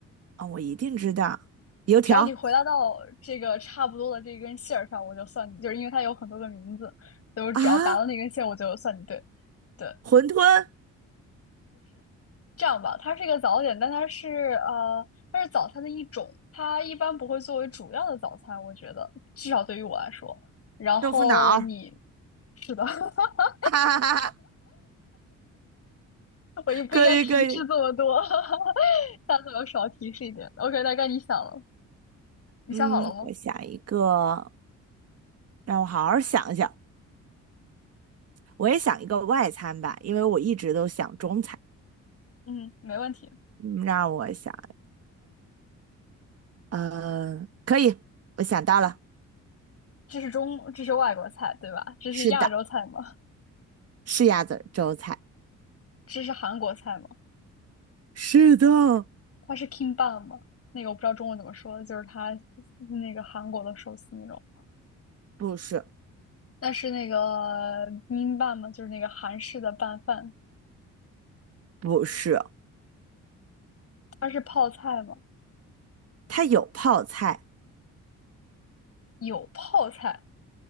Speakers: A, on the right (about 55°); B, on the left (about 50°).
A: 啊、我一定知道，油条
B: 只要你回答到这个差不多的这根线上，我就算你，就是因为它有很多个名字，所以我只要答到那根线，
A: 啊，
B: 我就算你对。对，
A: 馄饨、
B: 这样吧，它是一个早点，但它是呃，它是早餐的一种，它一般不会作为主要的早餐，我觉得至少对于我来说。然后你
A: 豆腐脑儿
B: 是的，<laughs>
A: 啊，
B: 我也不应该提示这么多，
A: <laughs> 可以可以，
B: <laughs> 下次我少提示一点。OK，大概你想了，你想好了吗？
A: 嗯，我想一个，让我好好想一想，我也想一个外餐吧，因为我一直都想中餐，
B: 嗯，没问题。
A: 嗯，让我想，呃，可以，我想到了，
B: 这是中，这是外国菜，对吧？这是亚洲菜吗？
A: 是的，是鸭子儿粥菜，
B: 这是韩国菜吗？
A: 是的，
B: 它是 kimbap 吗？那个我不知道中文怎么说，就是它那个韩国的寿司那种。
A: 不是
B: 但是那个 b i b m b a p 嘛，就是那个韩式的拌饭，
A: 不是，
B: 它是泡菜吗？
A: 它有泡菜。
B: 有泡菜